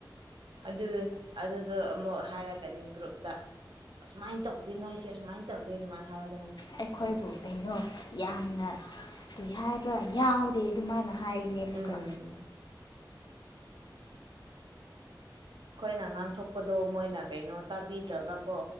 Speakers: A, on the right; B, on the left.
A: ꯑꯗꯨ ꯑꯗꯨꯗꯣ ꯑꯃꯨꯛ ꯍꯥꯏꯔꯛꯀꯅꯤ ꯒ꯭ꯔꯨꯞꯇ ꯑꯁꯨꯃꯥꯏ ꯇꯧꯗꯦ ꯅꯣꯏꯁꯦ ꯑꯁꯨꯃꯥꯏ ꯇꯧꯗꯦ <unintelligible>
B: ꯑꯩꯈꯣꯏꯕꯨ ꯀꯩꯅꯣ ꯌꯥꯝꯅ ꯀꯩ ꯍꯥꯏꯕ꯭ꯔꯥ ꯌꯥꯎꯗꯦ ꯑꯗꯨꯃꯥꯏꯅ ꯍꯥꯏ ꯅꯩ ꯑꯃꯨꯛꯀ
A: ꯎꯝ ꯑꯩꯈꯣꯏꯅ ꯉꯥꯡꯊꯣꯛꯄꯗꯣ ꯃꯣꯏꯅ ꯀꯩꯅꯣ ꯇꯥꯕꯤꯗ꯭ꯔꯒ ꯀꯣ